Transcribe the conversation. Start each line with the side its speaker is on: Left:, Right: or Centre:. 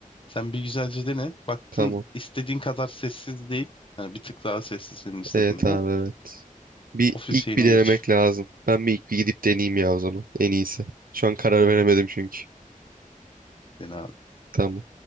Left: Sen bir güzelce dene. Baktın
Right: Tamam.
Left: istediğin kadar sessiz değil. Yani bir tık daha sessiz senin istediğinden.
Right: Evet abi evet. Bir
Left: Ofis
Right: ilk
Left: şeyine
Right: bir denemek
Left: geç.
Right: lazım. Ben bir ilk bir gidip deneyeyim ya o zaman. En iyisi. Şu an karar veremedim çünkü.
Left: Dene
Right: Tamam.